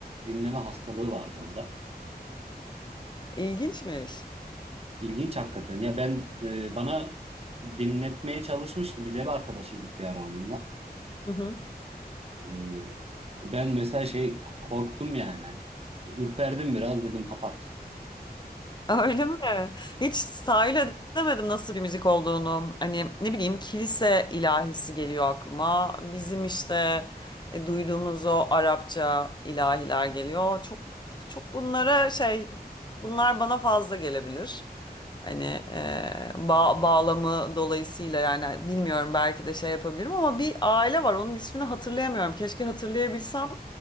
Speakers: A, on the right; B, on the left.
A: dinleme hastalığı vardı onda.
B: İlginçmiş.
A: İlginç hakikaten. Ya ben e, bana dinletmeye çalışmıştı. Biz ev arkadaşıydık bir ara onunla.
B: Hı hı.
A: Ee, ben mesela şey korktum yani hani ürperdim biraz dedim kapat.
B: Öyle mi? Hiç tahayyül edemedim nasıl bir müzik olduğunu. Hani ne bileyim kilise ilahisi geliyor aklıma. Bizim işte e, duyduğumuz o Arapça ilahiler geliyor. Çok çok bunlara şey bunlar bana fazla gelebilir. Hani e, ba- bağlamı dolayısıyla yani bilmiyorum belki de şey yapabilirim ama bir aile var onun ismini hatırlayamıyorum. Keşke hatırlayabilsem.